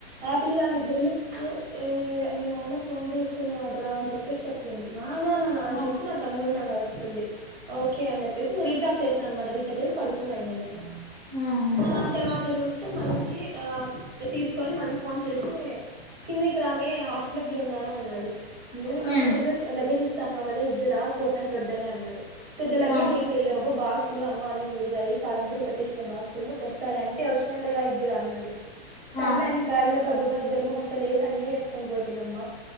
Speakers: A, on the right; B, on the left.
A: ఆ పిల్లనిద్దరలో ఎ మీ మీ నాన్న ఫో న్నాడు్రా అని చెప్పేసి చెప్పింది మా ననా నా అని
B: ఉమ్
A: చూస్తే నా తమ్ముడి నెంబర్ వస్తుంది ఓకే అని చెప్ ప్పేసి ఇంగ రీచార్జ్ చేసినా అనమాట రీచార్జ్ చేసి పడుకున్నా ఇంగ నేను
B: ఉమ్ ఉమ్
A: ఆ తర్వాత చూస్తే మళ్ళీ ఆ తీసుకొని మళ్ళీ ఫోన్ చేస్తే కిందికి రమ్మీ హాస్టల్ దగ్గరున్నను అన్ న్నాడు నేను
B: ఉమ్
A: ఎందు లగేజ్ ఇస్తా అన్నావ్ కదా ఇద్దువ్ పోతంటే వద్దని అన్నాడు పెద్దలాగే్
B: ఆ
A: ఏం లే బబ బాస్లు అమ్మా అన్ని ఊరిగాయి కారంపూడి పెట్టించిన బాక్సులు తెస్తాలే అంటే ఒచ్చినలే రా ఇద్దువు రా అన్నాడు సర్లే
B: ఆ
A: అన్ని బ్యాగుల గబగబనిద్దుర మొహంతో లేసి అన్ని వేసుకొని పోతినమ్మా